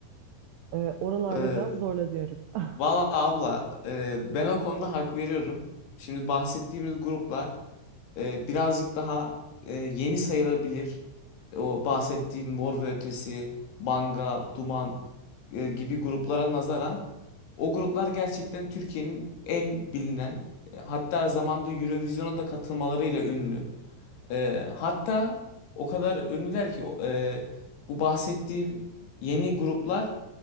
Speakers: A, on the right (about 75°); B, on the left (about 70°).
A: E, oralarda
B: Ee,
A: biraz zorlanıyorum. <laughs>
B: valla abla e, ben o konuda hak veriyorum. Şimdi bahsettiğimiz gruplar e, birazcık daha e, yeni sayılabilir. O bahsettiğin Mor ve Ötesi, Banga, Duman e, gibi gruplara nazaran o gruplar gerçekten Türkiye'nin en bilinen e, hatta zamanda Eurovision'a da katılmalarıyla ünlü. E, hatta o kadar ünlüler ki o- e, bu bahsettiğim yeni gruplar